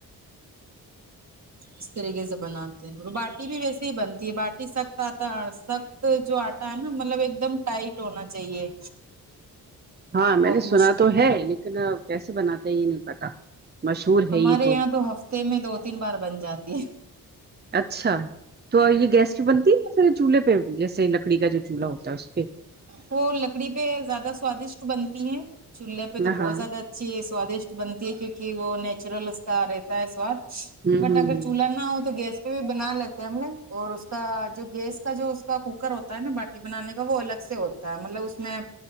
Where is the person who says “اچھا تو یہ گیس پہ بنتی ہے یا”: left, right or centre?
Right